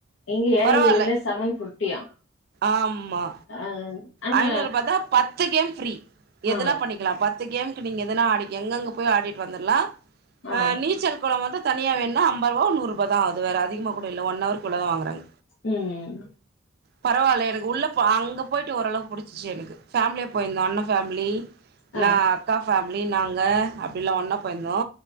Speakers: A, on the left (about 60°); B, on the right (about 50°).
A: இங்க ஏலகிரியில
B: பரவால்ல
A: செவன் ஃபிப்ட்டியா
B: ஆமா
A: ஆ ஆனா
B: ஐந்நூறு ரூபா தா பத்து கேம் ஃப்ரீ
A: ஆ
B: எதுனா பண்ணிக்லா பத்து கேமுக்கு நீங்க எதுனா ஆடி எங்கங்க போய் ஆடிட்டு வந்துலார்
A: ஆ
B: அ நீச்சல் குளம் வந்து தனியா வேண்ணா ஐம்பது ரூபா நூறு ருபா தா ஆது வேற அதிகமா கூட இல்ல ஒன் அவர்குள்ள தா வாங்குறாங்
A: ம்
B: பரவாயில்ல எனக்கு உள்ள அங்க போயிட்டு ஓரளவு புடிச்சிச்சி எனக்கு ஃபேமிலியா போயிருந்தோ அண்ண ஃபேமிலி
A: ஆ
B: நா அக்கா ஃபேமிலி நாங்க அப்டில்லா ஒன்னா போயிருந்தோ